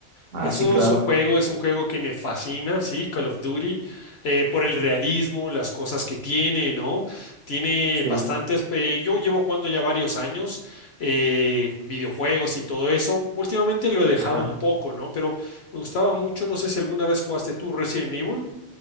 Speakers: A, on the right; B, on the left.
A: Ah,
B: Eso
A: sí, claro.
B: es un juego, es un juego que me fascina, sí, Call of Duty, eh, por el realismo, las cosas que tiene, ¿no? Tiene
A: Sí.
B: bastantes, eh, yo llevo jugando ya varios años, eh, videojuegos y todo eso. Últimamente lo he dejado
A: Ajá.
B: un poco, ¿no? Pero me gustaba mucho, no sé si alguna vez jugaste tú Resident Evil.